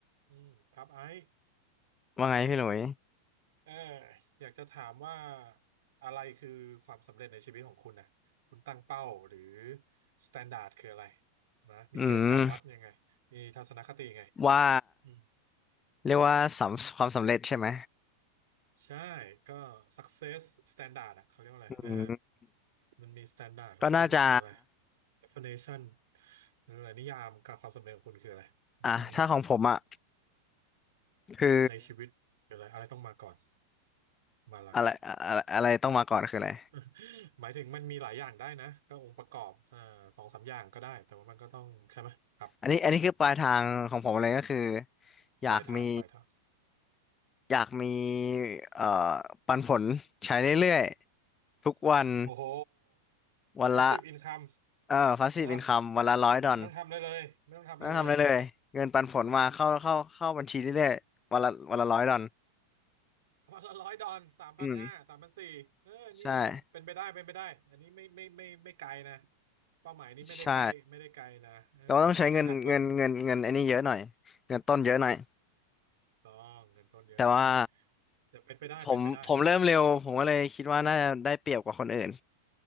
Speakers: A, on the right (about 55°); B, on the left (about 20°).
A: อืมครับไอซ์
B: ว่าไงพี่หลุย
A: ครับเอออยากจะถามว่าอะไรคือความสำเร็จในชีวิตของคุณนะคุณตั้งเป้าหรือสแตนดาร์ดคืออะไรนะมีเกณฑ์การวัดยังไงมีทัศนคติยังไง
B: อืมว่า
A: อืม
B: เรียกว่าสำความสำเร็จใช่ไหม
A: ใช่ก็ success standard อะเขาเรียกว่าอะไรเออ
B: อืม
A: มันมี standard ของคุณคืออะไร
B: ก็น่าจะ
A: definition หรืออะไรนิยามกับความสำเร็จของคุณคืออะไรอืม
B: อ่ะถ้าของผมอ่ะคือ
A: ในชีวิตคืออะไรอะไรต้องมาก่อนมาหลัง
B: อะไรอะไรอะไรต้องมาก่อนคืออะไร
A: <laughs> หมายถึงมันมีหลายอย่างได้นะก็องค์ประกอบอ่าสองสามอย่างก็ได้แต่ว่ามันก็ต้องใช่ไหมครับ
B: อันนี้อันนี้คือปลายทางของผมเลยก็คืออยากมี
A: ปลายทางปลายทาง
B: อยากมีเอ่อปันผลใช้เรื่อยๆทุกวัน
A: โอ้โห
B: วันละ
A: passive income
B: เออพาสซีฟอินคัมวันละร้อยดอล
A: เนอะไม่ต้องทำอะไรเลยไม่ต้องทำอะไรเลย
B: ไม่ต้องทำอะไรเลยเงินปันผลมาเข้าเข้าเข้าบัญชีเรื่อยๆวันละวันละร้อยดอล
A: วันละร้อยดอนสามพันห้าสามพันสี่เออนี่ก็เป็นไปได้เป็นไปได้อันนี้ไม่ไม่ไม่ไม่ไกลนะ
B: อืมใช่
A: เป้าหมายนี้ไม่ได้ใกล้ไม่ได้ไกลนะเออไม่ได้ไกลอาจเพิ่ม
B: ใช่ แต่ว่าต้องใช้เงินเงินเงินเงินไอ้นี่เยอะหน่อยเงินต้นเยอะหน่อย
A: ต้องเงินต้นเยอะนิดนึง
B: แต่ว่า
A: แต่เป็นไปได้เป็นไปได้
B: ผมผมเริ่มเร็วผมก็เลยคิดว่าน่าจะได้เปรียบกว่าคนอื่น